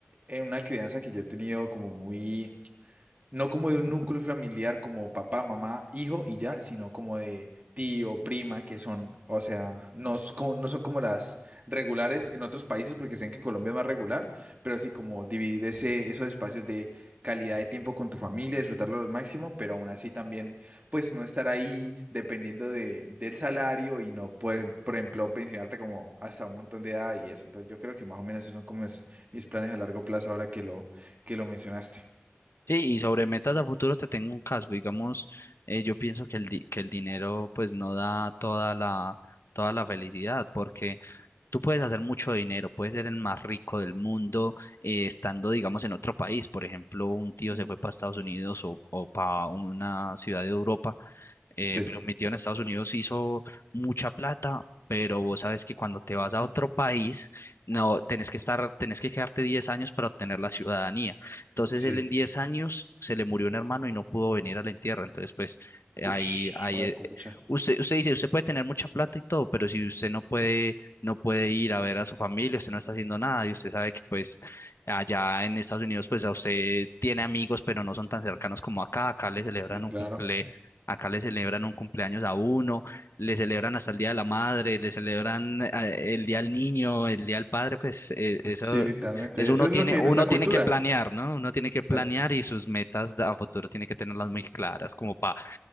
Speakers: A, on the right (about 35°); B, on the left (about 75°).
A: en una crianza que yo he tenido como muy no como de un núcleo familiar como papá, mamá, hijo y ya, sino como de tío, prima, que son, o sea, no, es como- no son como las regulares en otros países, porque sé que en Colombia es más regular, pero sí como dividir ese, esos espacios de calidad de tiempo con tu familia, disfrutarlo al máximo, pero aún así también, pues no estar ahí dependiendo de, del salario y no poder, por ejemplo, pensionarte como hasta un montón de edad y eso. Entonces yo creo que más o menos esos son como es- mis planes a largo plazo ahora que lo, que lo mencionaste.
B: Sí, y sobre metas a futuro te tengo un caso. Digamos, eh, yo pienso que el, di- que el dinero pues no da toda la, toda la felicidad, porque tú puedes hacer mucho dinero, puedes ser el más rico del mundo eh, estando, digamos, en otro país. Por ejemplo, un tío
A: Mm.
B: se fue para Estados Unidos o, o para una ciudad de Europa eh,
A: Sí.
B: pero metido en Estados Unidos hizo mucha plata, pero vos sabes que cuando te vas a otro país, no, tenés que estar, tenés que quedarte 10 años para obtener la ciudadanía. Entonces
A: Sí.
B: él en 10 años se le murió un hermano y no pudo venir al entierro. Entonces, pues eh,
A: Ush,
B: ahí, ahí, eh,
A: pucha.
B: usted, usted dice, usted puede tener mucha plata y todo, pero si usted no puede, no puede ir a ver a su familia, usted no está haciendo nada y usted sabe que pues allá en Estados Unidos, pues a usted tiene amigos, pero no son tan cercanos como acá. Acá le celebran
A: Sí, claro.
B: un cumple Acá le celebran un cumpleaños a uno, le celebran hasta el Día de la Madre, le celebran eh, el Día del Niño, el Día del Padre, pues eh, eso,
A: Sí, literalmente.
B: eso
A: Eso
B: uno
A: es
B: tiene,
A: lo que
B: uno
A: es nuestra cultura.
B: tiene que planear, ¿no? Uno tiene que planear
A: Exacto.
B: y sus metas de- a futuro tiene que tenerlas muy claras, como para